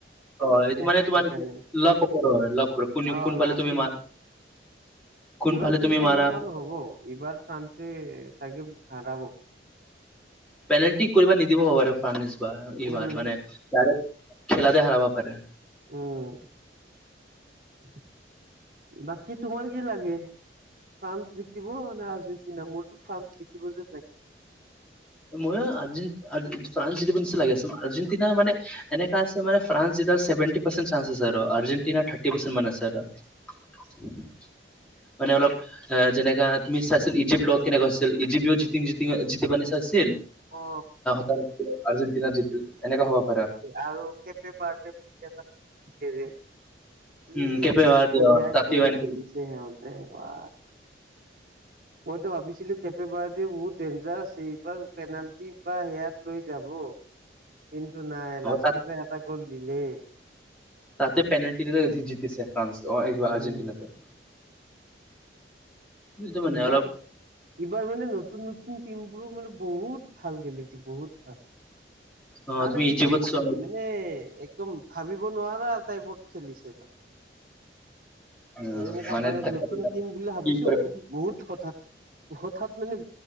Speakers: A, on the right; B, in the centre.
A: পতককে
B: অ এইটো মানে তোমাৰ
A: সেই কাৰণে
B: লক ওপৰৰ হয় লক ওপৰৰ কোন
A: অ
B: কোনফালে
A: লাকি।
B: তুমি মাৰা
A: এইবাৰ
B: কোনফালে
A: কিন্তু
B: তুমি মাৰা
A: সেনেকুৱা নহ'ব এইবাৰ ফ্ৰান্সে চাগে হাৰাব।
B: পেনাল্টি কৰিব নিদিবব পাৰে ফাৰ এইবাৰ
A: উম
B: মানে ডাৰেক্ট খেলাতে হাৰব পাৰে।
A: উম বাকী তোমাৰ কি লাগে? ফ্ৰান্স জিকিব নে আৰ্জেণ্টিনা মোৰতো ফ্ৰান্স জিকিব যেন লাগিছে।
B: মইও ফ্ৰান্স য নি লাগি আ আৰ্জেণ্টিনা মানে এনেকা আছে মানে ফ্ৰান্স জিকাৰ ছেভেনটি পাৰ্চেন চানছ আছে আৰু আৰ্জেন্টিনাৰ থাৰ্টি পাৰ্চেন মান আছে আৰু উম মানে অলপ এ যেনেকা তুমি চাইছিল ইজিপ্ট লগত কেনেকুৱা আছিল ইজিপ্তৰ <unintelligible> চাইছিল
A: অ
B: তাৰপিছত আৰ্জেণ্টিনা জিতিল এনেকুৱা হ'ব।
A: আৰু কে <unintelligible> বাৰে কি
B: উম কেপে হোৱাৰ দিয়ক,
A: বহৰীয়া
B: তাতেও
A: গেম
B: এনে
A: খেলিছে হেহতে বা। মইতো ভাবিছিলো কেপে বাৰ দি বহুত ডেঞ্জাৰ আছে এইবাৰ পেনাল্টি বা সেয়াত লৈ যাব। কিন্তু নাই লাষ্টতে
B: তাত
A: এটা গ'ল দিলে।
B: তাতে পেনালটি লৈ জিতিছে ফ্ৰান্স অ এই কিবা
A: উম
B: আৰ্জেণ্টিনাটো। এইটো মানে
A: উবাৰ।
B: অলপ
A: এইবাৰ মানে নতুন নতুন টিমবোৰো মানে বহুত ভাল খেলিছে বহুত ভাল।
B: অ
A: আনএক্সপেক্টেড
B: তুমি ইজিপ্তত চোৱা
A: ন। মানে একদম ভাবিব নোৱাৰা তাইপট খেলিছে এডম।
B: অ,
A: এনেকা বোলে মানে
B: দেখা
A: নতুন টিম বুলি ভাবিছো
B: কি কৰে
A: কিন্তু বহুত হঠাৎ হঠাৎ মানে